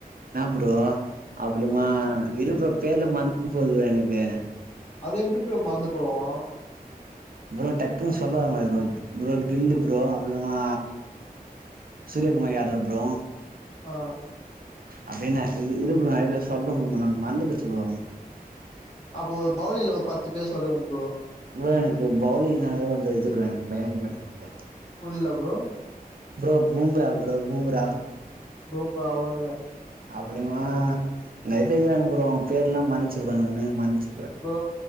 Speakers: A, on the right; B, on the left.
A: என்னா ப்ரோ அப்படிமா இரு ப்ரோ பேருலா மறந் துபோது எனக்கு
B: அது எப்டி ப்ரோ மறந்து போவு
A: ப்ரோ டக்குன்னு சொல்ல வரமாட்டுது ப்ரோ கில்லு ப்ரோ அப்புள்ளமா சூரியகுமார் யாதவ் ப்ரோ
B: ஆ
A: அப்டின்னா இ இரு ப்ரோ நெறைய பேர் சொல்ற ப்ரோ நானு மறந்துபோச்சு ப்ரோ
B: அப்போ ஒரு பவுலிங்ல ஒரு பத்து பேர் சொல்லுங்க ப்ரோ
A: ப்ரோ எனக்கு பவுலிங் நாலே வந்து இது ப்ரோ எனக்கு பயொ ப்ரோ எனக்கு
B: புரில bro
A: bro Bumrah bro Bumrah
B: டூப்பா ஒன்னு
A: அப்டிமா நெறைய பே இர்க்காங்க ப்ரோ பேர்லா மரஞ்சு ப்ரோ எனக்கு வந்து மரஞ்சு
B: ப்ரோ